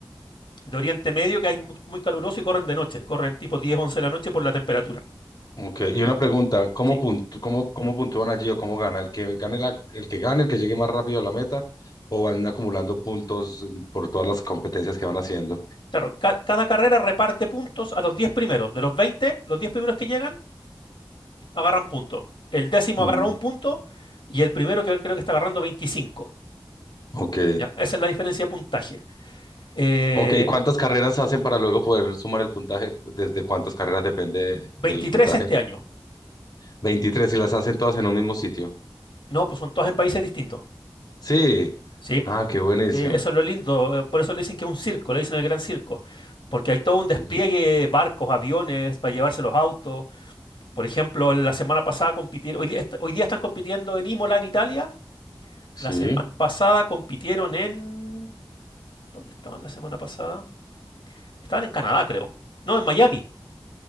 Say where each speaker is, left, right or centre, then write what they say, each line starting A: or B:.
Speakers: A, on the left; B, on the left.
A: de Oriente Medio, que es mu- muy caluroso y corren de noche, corren tipo 10, 11 de la noche por la temperatura.
B: Ok, y una pregunta, ¿cómo,
A: Sí,
B: puntu- cómo, cómo puntúan allí o cómo gana? ¿El que gane la- el que gane, el que llegue más rápido a la meta o van acumulando puntos mm, por todas las competencias que van haciendo?
A: claro, ca- cada carrera reparte puntos a los 10 primeros. De los veinte. los 10 primeros que llegan agarran puntos. El décimo
B: Ujú.
A: agarra un punto y el primero que creo que está agarrando 25.
B: Ok,
A: ¿ya? Esa es la diferencia de puntaje. Eh,
B: ok, ¿y cuántas carreras hacen para luego poder sumar el puntaje? ¿Desde cuántas carreras depende
A: 23
B: el puntaje?
A: este año.
B: 23. y las hacen todas en un mismo sitio.
A: No, pues son todas en países distintos.
B: Sí.
A: Sí, pues.
B: Ah, qué buenísimo.
A: Sí, eso es lo lindo. eh, Por eso le dicen que es un circo, le dicen el gran circo. Porque hay todo un
B: Ok,
A: despliegue, barcos, aviones, para llevarse los autos. Por ejemplo, la semana pasada compitieron, hoy, día est- hoy día están compitiendo en Imola, en Italia.
B: Sí.
A: La semana pasada compitieron en... ¿Dónde estaban la semana pasada? Estaban en Canadá, creo. No, en Miami.